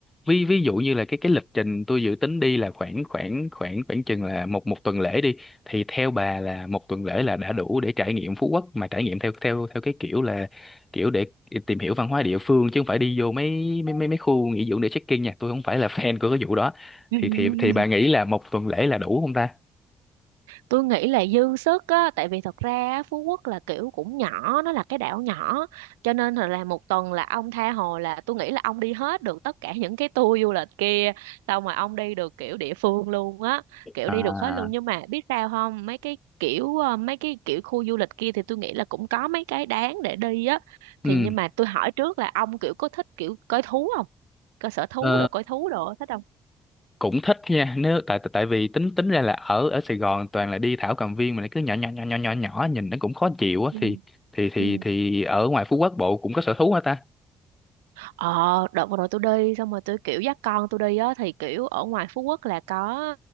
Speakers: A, on the left; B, on the right.
A: ví ví dụ như là cái cái lịch trình tôi dự tính đi là khoảng khoảng khoảng khoảng chừng là một một tuần lễ đi thì theo bà là một tuần lễ là đã đủ để trải nghiệm Phú Quốc mà trải nghiệm theo theo theo cái kiểu là kiểu để tìm hiểu văn hóa địa phương chứ không phải đi vô mấy mấy mấy mấy khu nghỉ dưỡng để check-in nha tôi không phải là <laughs> fan của cái vụ đó
B: <laughs>
A: thì thì thì bà nghĩ là một tuần lễ là đủ không ta
B: tôi nghĩ là dư sức á tại vì thật ra á, Phú Quốc là kiểu cũng nhỏ nó là cái đảo nhỏ cho nên là là một tuần là ông tha hồ là tôi nghĩ là ông đi hết được tất cả những cái tour du lịch kia xong rồi ông đi được kiểu địa phương luôn á kiểu
A: À,
B: đi được hết luôn nhưng mà biết sao không mấy cái kiểu ờ, mấy cái kiểu khu du lịch kia thì tôi nghĩ là cũng có mấy cái đáng để đi á
A: ừ,
B: thì nhưng mà tôi hỏi trước là ông kiểu có thích kiểu coi thú không coi sở thú
A: ờ,
B: rồi coi thú rồi thích không
A: cũng thích nha nếu tại tại vì tính tính ra là ở ở Sài Gòn toàn là đi thảo cầm viên mà lại cứ nhỏ nhỏ nhỏ nhỏ nhỏ nhỏ nhìn nó cũng khó chịu á
B: ừ
A: thì thì thì
B: ừ
A: thì ở ngoài Phú Quốc Bộ cũng có sở thú hả ta
B: Ờ, đợt vừa rồi tôi đi xong rồi tôi kiểu dắt con tôi đi á thì kiểu ở ngoài Phú Quốc là có